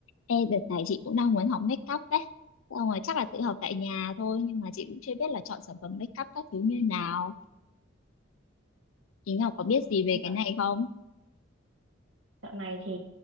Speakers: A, on the left (about 85°); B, on the right (about 75°).
A: Ê, đợt này chị cũng đang muốn học make up đấy. Xong rồi chắc là tự học tại nhà thôi, nhưng mà chị cũng chưa biết là chọn sản phẩm make up các thứ như nào. Chị Ngọc có biết gì về
B: Dạ,
A: cái này không?
B: Dạo này thì